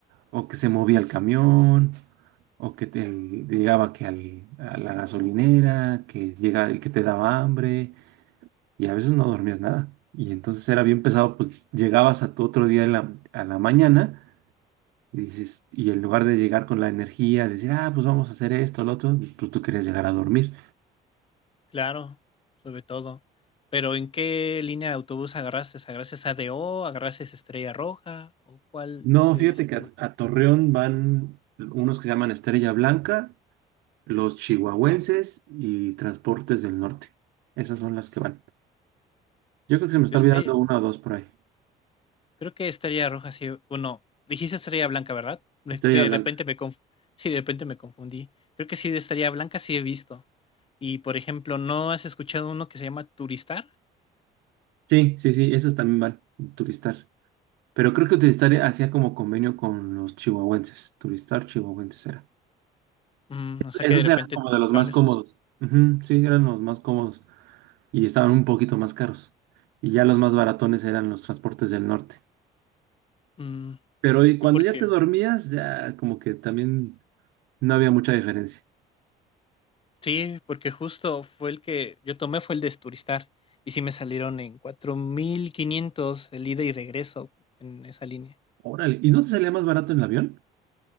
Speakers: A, on the right; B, on the left.
A: o que se movía el camión, o que te, llegaba que al- a la gasolinera, que llega, que te daba hambre, y a veces no dormías nada. Y entonces era bien pesado, pues llegabas a tu otro día en la- a la mañana, y dices, y en lugar de llegar con la energía, decir, ah, pues vamos a hacer esto, lo otro, pues tú querías llegar a dormir.
B: claro, sobre todo. Pero ¿en qué línea de autobús agarraste? ¿Agarraste ADO? ¿Agarraste Estrella Roja? ¿O cuál
A: No,
B: de,
A: fíjate
B: este,
A: que a, a Torreón van unos que llaman Estrella Blanca los chihuahuenses y transportes del norte. Esas son las que van. Yo creo que se me
B: de
A: está
B: Estrella?
A: olvidando una o dos por ahí.
B: Creo que estaría Roja, sí. Bueno, dijiste Estrella Blanca, ¿verdad? De
A: Estrella
B: de
A: Blanca.
B: repente me conf, Sí, de repente me confundí. Creo que sí, de Estrella Blanca sí he visto. Y por ejemplo, ¿no has escuchado uno que se llama Turistar?
A: Sí, sí, sí, esos también van. Turistar. Pero creo que Turistar hacía como convenio con los chihuahuenses. Turistar, chihuahuenses era.
B: Mm, o sea
A: Esos
B: que de repente
A: eran como
B: te
A: de
B: tocaron
A: los más cómodos.
B: esos.
A: Ujú, sí, eran los más cómodos y estaban un poquito más caros. Y ya los más baratones eran los transportes del norte.
B: Mm,
A: Pero y cuando
B: sí, porque.
A: ya te dormías, ya como que también no había mucha diferencia.
B: Sí, porque justo fue el que yo tomé, fue el de Turistar. Y sí me salieron en 4500 el ida y regreso en esa línea.
A: Órale, ¿y no te salía más barato en el avión?